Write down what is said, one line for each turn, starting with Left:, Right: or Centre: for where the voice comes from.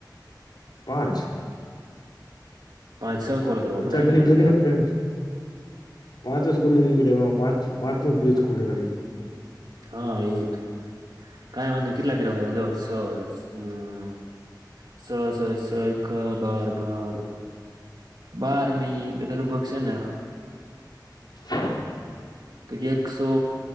Left: પાંચ.
Right: પાંચ, છ કોલ કરવો
Left: પંચા
Right: પડે
Left: મિનિટ
Right: ને
Left: લગીને
Right: તાર
Left: તેમ પાંચ જ <unintelligible> પાંચ પાંચ કોલ હે ખાલી.
Right: હા એવું કાઈ વાંધો કેટલા કે સર હમ સો, સો, સો એક બાર, બાર બાર નહીં પેલું ભગ છે ને
Left: <inaudible>
Right: <unintelligible> એકસો